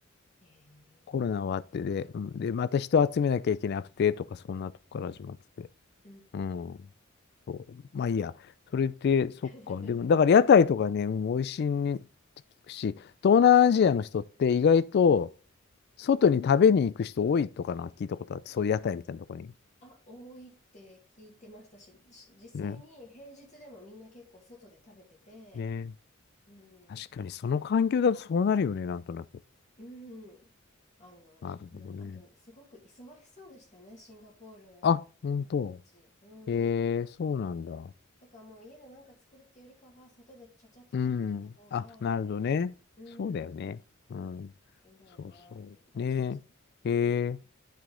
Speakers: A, on the left (about 35°); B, on the left (about 50°).
A: え
B: コロナ終わってで、
A: ー、
B: うん、で、また人集めなきゃいけなくてとか、そんなとこから始まってて。
A: うんうん。
B: うん。そう。まあいいや。それで、そっか。
A: <laughs>
B: でも、だから屋台とかね、うん美味しいねって聞くし、東南アジアの人って意外と外に食べに行く人多いとかな、聞いたことあって、そういう屋台みたいなとこに。
A: あ、多いって聞いてましたし、し実際に平日でもみんな結構外で食べてて、
B: ね。ね。
A: うん、
B: 確かに、その環境だとそうなるよね、なんとなく。
A: うん、あの、
B: なるほどね。
A: うん、あと、すごく忙しそうでしたね、シンガポールの方たち。
B: あ、本当。
A: うん。
B: へえ、そうなんだ。
A: だからもう家で何か作るっていうよりかは、外でちゃちゃっと食べちゃった方が、
B: うん。あ、なるほどね。
A: うん、
B: そうだよね。うん。
A: いいんだろうなっていう感じでした。
B: そうそう。ねえ。へえ、